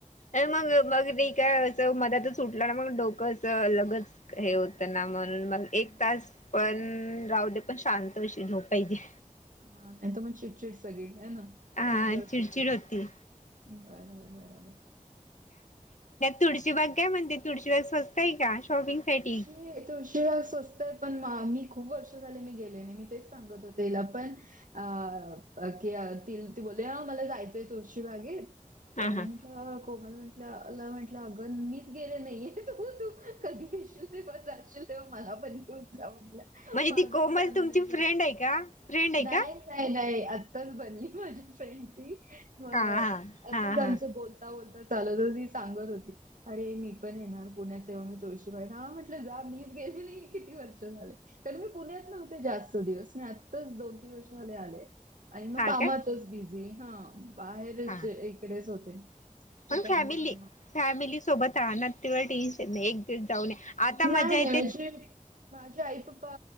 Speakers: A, on the left (about 65°); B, on the right (about 75°).
A: ए मग <unintelligible> मध्यातच ऊठलं ना, मग डोकं असं लगेच हे होतं ना, म्हणून मग
B: हं.
A: एक तास पण राहू दे, पण शांत अशी झोप पाहिजे.
B: <unintelligible> चिडचिड सगळी आहे ना.
A: हा,
B: जसं-
A: चिडचिड होती.
B: बरोबर, बरोबर.
A: तुळशी बाग काय म्हणते? तुळची बाग स्वस्त आहे का? शॉपिंग साठी?
B: <unintelligible> तुळशीबाग स्वस्त आहे, पण मी अं खूप वर्ष झाले मी गेले नाही, मी तेच सांगत होते हिला पण. अं क ती बोलली मला जायचंय तुळशीबागेत,
A: हा
B: तर
A: हा
B: अ कोमल म्हंटलं अ म्हंटलं अगं मिचं गेले नाहीये, तू कधी प <unintelligible> तेव्हा मला पण तू जा म्हटलं.
A: म्हणजे
B: माझंचं
A: ती कोमल
B: जाणं
A: तुमची
B: नाही झालं.
A: फ्रेंड आहे का फ्रेंड आहे
B: नाही
A: का?
B: नाही, आताच बनली माझी फ्रेंड ती, म
A: हा हा
B: असंच
A: हा हा
B: आमचं बोल आता बोल <inaudible> सांगत होती. अरे मी पण येणार पुण्यात. <unintelligible> हा, म्हटलं जा, मिचं गेली नाही किती वर्ष झाले. कारण मी पुण्यात नव्हते जास्त दिवस. मी आत्ताच दोन, तीन वर्ष झाले आले. आणि मग
A: हा
B: कामातचं
A: काय
B: बिझी, हा. बाहेरचं
A: हा
B: इकडेचं होते, तर
A: पण
B: त्यामुळे
A: फॅमिली फॅमिली सोबत राहा ना, तेवढं टेन्शन नाही. एक दिवस जाऊनं या. आता मजा
B: नाही नाही
A: येते
B: <unintelligible> माझे आई पप्पा